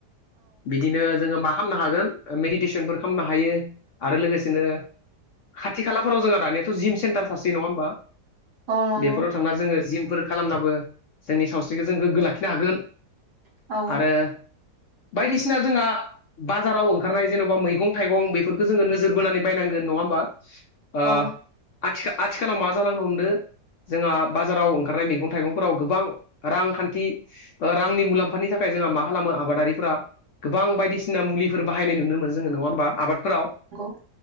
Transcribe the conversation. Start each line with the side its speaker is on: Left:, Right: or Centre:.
Left: बिदिनो जोङो मा खालामनो हागोन, मेडिटेसनफोर खालामनो हायो आरो लोगोसेनो खाथि खालाफोराव जोंहा दानियाथ' जिम सेन्टार थासै नङा होमबा?
Right: औ नंगौ औ नंगौ
Left: बेफोराव थांना जोङो जिम फोर खालामनाबो जोंनि सावस्रिखौ जों गोग्गो लाखिनो हागोन
Right: औ
Left: आरो बायदिसिना जोंहा बाजाराव ओंखारनाय जेन'बा मैगं-थाइगं बेफोरखौ जोङो नोजोर बोनानै बायनांगोन नङा होमबा? ओ
Right: औ
Left: आथि-आथिखालाव मा जालांनो हमदों जोंहा बाजाराव ओंखारनाय मैगं-थाइगंफोराव गोबां रांखान्थि ओ रांनि मुलाम्फानि थाखाय जोंहा मा खालामो आबादारिफोरा गोबां बायदिसिना मुलिफोर बाहायनाय नुनो मोनो जोङो नङा होमबा? आबादफोराव
Right: औ